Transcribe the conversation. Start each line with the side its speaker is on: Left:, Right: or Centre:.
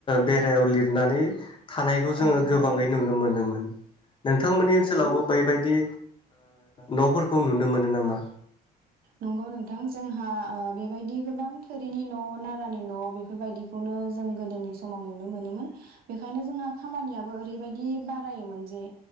Left: बेरायाव लिरनानै थानाय
Right: औ
Left: जोङो
Right: औ
Left: गोबाङै नुनो मोनोमोन <unintelligible> नोंथांमोननि
Right: नंगौ
Left: ओनसोलावबो
Right: नोंथां
Left: बैबायदि न'फोरखौ नुनो मोनो नामा?
Right: नंगौ नोंथां जोंहा बेबायदि गोबां थोरिनि न' नारानि न' बेफोरबायदिखौनो जों गोदोनि समाव नुनो मोनोमोन बेखायनो जोंहा खामानियाबो ओरैबायदि बारायोमोन जे